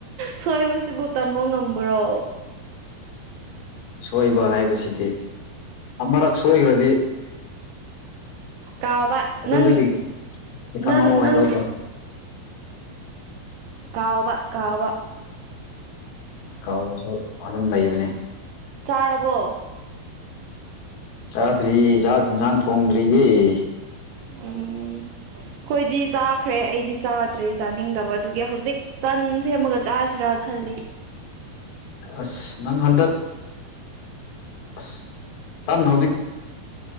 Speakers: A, on the right; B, on the left.
A: ꯁꯣꯏꯕꯁꯤꯕꯨ ꯇꯝꯕ ꯉꯝꯕ꯭ꯔꯣ
B: ꯁꯣꯏꯕ ꯍꯥꯏꯕꯁꯤꯗꯤ ꯑꯃꯔꯛ ꯁꯣꯏꯈ꯭ꯔꯗꯤ
A: ꯀꯥꯎꯕ
B: ꯑꯗꯨꯗꯒꯤ
A: ꯅꯪ
B: ꯈꯪꯍꯧ
A: ꯅꯪ ꯅꯪ
B: ꯍꯥꯏꯕꯗꯣ
A: ꯀꯥꯎꯕ ꯀꯥꯎꯕ
B: ꯀꯥꯎꯕꯁꯨ ꯑꯗꯨꯝ ꯂꯩꯕꯅꯤ
A: ꯆꯥꯔꯕꯣ
B: ꯆꯥꯗ꯭ꯔꯤ ꯆꯥꯛ ꯏꯟꯁꯥꯡ ꯊꯣꯡꯗ꯭ꯔꯤꯌꯦ
A: ꯎꯝ ꯍꯣꯏꯗꯤ ꯆꯥꯈ꯭ꯔꯦ ꯑꯩꯗꯤ ꯆꯥꯗ꯭ꯔꯦ ꯆꯥꯅꯤꯡꯗꯕ ꯑꯗꯨꯒꯤ ꯍꯧꯖꯤꯛ ꯀꯟ ꯁꯦꯝꯃꯒ ꯆꯥꯁꯤꯔꯥ ꯈꯜꯂꯤ
B: ꯑꯁ ꯅꯪ ꯍꯟꯗꯛ ꯑꯁ ꯇꯥꯟꯅ ꯍꯧꯖꯤꯛ